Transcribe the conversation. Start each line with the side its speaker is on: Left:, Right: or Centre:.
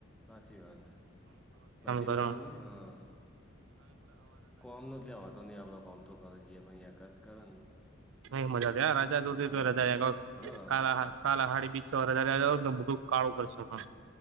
Centre: હાચી વાત બધી
Right: કરો
Centre: બાજુ ની હા. કોમ ન લેવાતો નહી આપડો કોમ તો કરો જઈએ પણ એક જ કરે ને
Right: નહી મજા જોયા રાજા હુધી તો રજા
Centre: પહી
Right: એ જો
Centre: હા
Right: કાલ હા કાલ હાડી બીચરે રજા <unintelligible> ને મોટું કાળું કરશે હા.